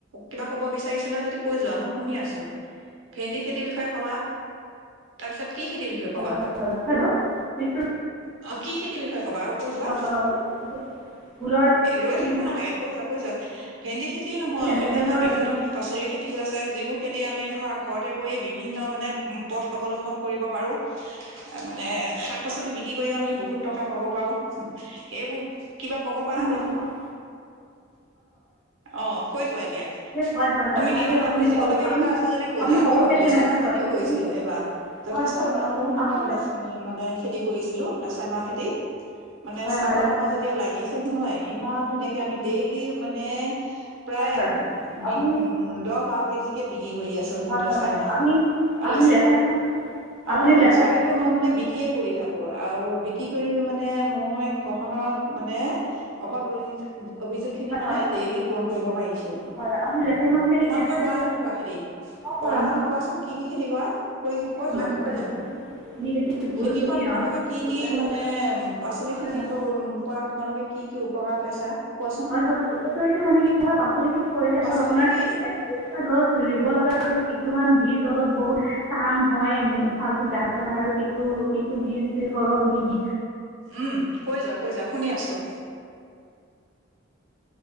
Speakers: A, on the right (about 80°); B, in the centre.
A: কিবা কব বিচাৰিছিলা যদি কৈ যোৱা মই শুনি আছো, ভেন্দি খেতিৰ বিষয়ে ক'লা তাৰপিছত কি খেতিৰ বিষয়ে
B: হেল্ল'
A: কবা
B: হেল্ল' হেল্ল' বিষ্ণু
A: কি খেতি কি বিষয় ক'বা আৰু কৈ যোৱা
B: হয় হয় হয় ফুলৰ
A: ৰৈ
B: কি
A: থাকিব
B: বিষয়ে
A: নালাগে কৈ যোৱা কৈ যোৱা ভেন্দি খেতি কি নহয়
B: কেনেকৈ
A: অন্যান্য
B: ধৰক আৰু
A: বিভিন্ন
B: বেছি
A: পাচলিৰ খেতিও আছে। যিবোৰ খেতি আমি ধৰা ঘৰতে কৰি বিভিন্ন মানে পথ অৱলম্বন কৰিব পাৰো, মানে শাক পাচলি বিক্ৰী কৰিও আমি বহুত টকা পাব পাৰো। সেইবোৰ কিবা কব পাৰা
B: বৰ্তমান
A: নে অ কৈ যোৱা এতিয়া
B: হয় হয় হয়
A: তুমি
B: তাৰ বাহিৰেও
A: মানে
B: আপুনি
A: বুজিবলগীয়া
B: কল আপুনি
A: কিবা
B: কল
A: আছে যদি কৈ
B: আপুনি
A: যোৱা
B: কলৰ
A: আমি
B: খেতি
A: লেচাই
B: কেনেদৰে
A: মাহ
B: কৰে
A: খেতিও
B: কওকচোন
A: কৰিছিলো এইবাৰ যথেষ্ট
B: হয় হয়
A: উন্নত সমানৰ
B: আপুনি
A: মানে খেতি কৰিছিলো লেচাই মাহ খেতি মানে
B: হয়
A: চাঙত
B: হয়
A: আমাৰ যেতিয়া লাগি নহয় ইমান ধুনীয়াকে আমি দে মানে প্ৰায়
B: হয় হয় আপুনি
A: বিক দহ বাৰ কেজিকে বিক্ৰী কৰি আছো
B: হয় হয়
A: লেচাই
B: হয়
A: মাহ
B: আপুনি
A: আৰু
B: আপুনি
A: লেচ
B: লেচাৰ মাহ
A: আৰু
B: আপুনি লেচাৰ
A: লেচাৰিটো মই মানে বিক্ৰী কৰি থাকো আৰু বিক্ৰী কৰি মা মানে মই ঘৰখনত মানে অভাৱ অভি অভিযোগ খিনি মানে
B: হয় হয়
A: ডেইলি পূৰণ কৰিব পাৰিছো,
B: হয় হয় আপুনি লেচাৰী মাহৰ খেতি
A: তোমালোকে
B: কেনেদৰে
A: কৰা নে নকৰা খেতি
B: হয়
A: কৰা
B: হয় মই
A: যদি কোৱাচোন কি কি খেতি কৈ
B: ভেন্দি
A: কৈ যোৱা শুনি যাম
B: খেতি ভোল
A: খেতিৰ
B: খেতি
A: পৰা তোমালোকে
B: ৰঙালাও খেতি
A: কি
B: জিকা
A: কি
B: খেতি
A: মানে পাচলি
B: হয়
A: খেতি
B: হয়
A: উ কৰা তোমালোকে কি কি উপকাৰ পাইছা ক'ত
B: হয়, হয় অপকাৰিটো মানে কি হয় পাচলি খেতি কৰিলে
A: পাচলি
B: ধৰ আপোনাৰ
A: খেতি
B: গছ ৰুব লগা কিছুমান বীজ অলপ বহুত টান হয়, মিশালটো ডাঠ হয় আৰু সিটো সিটো বীজ সৰ মিহি
A: উ'ম কৈ যোৱা কৈ যোৱা শুনি আছো।